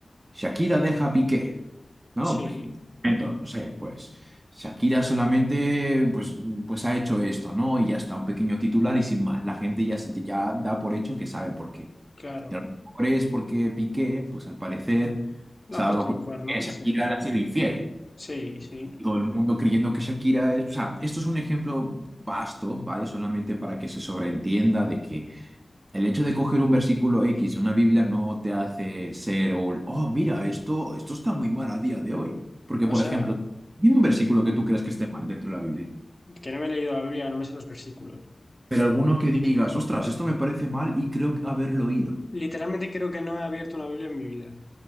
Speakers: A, on the right (about 35°); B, on the left (about 25°).
A: Shakira deja a Piqué. No,
B: sí,
A: pues un momento, no sé, pues Shakira solamente pues, pues ha hecho esto, ¿no? Y ya está, un pequeño titular y sin más. La gente ya, se, ya da por hecho que sabe por qué.
B: claro.
A: Y a lo mejor es porque Piqué, pues al parecer, se
B: Le ha
A: ha
B: puesto
A: dado cuenta
B: los cuernos,
A: que Shakira
B: sí,
A: le ha sido infiel.
B: sí, sí.
A: Y Todo el mundo creyendo que Shakira es... O sea, esto es un ejemplo vasto, ¿vale? Solamente para que se sobreentienda de que el hecho de coger un versículo X de una Biblia no te hace ser, o, oh, mira, esto, esto está muy mal a día de hoy. Porque,
B: O
A: por
B: sea,
A: ejemplo, dime un versículo que tú creas que esté mal dentro de la Biblia,
B: que no me he leído la Biblia, no me sé los versículos.
A: pero alguno que digas, ostras, esto me parece mal y creo haberlo oído.
B: Literalmente creo que no he abierto una Biblia en mi vida.